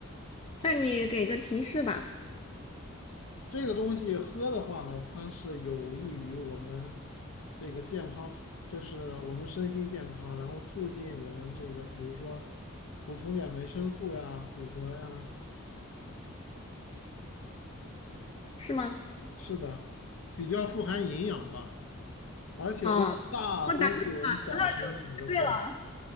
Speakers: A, on the left; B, on the left.
A: 那你给个提示吧，
B: 这个东西喝的话呢，它是有益于我们这个健康，就是我们身心健康，然后促进我们这个，比如说补充点维生素呀、骨骼呀，
A: 是吗？
B: 是的，比较富含营养吧，而且都大多数人早晨选择喝
A: 哦，我答对葡萄酒答对了，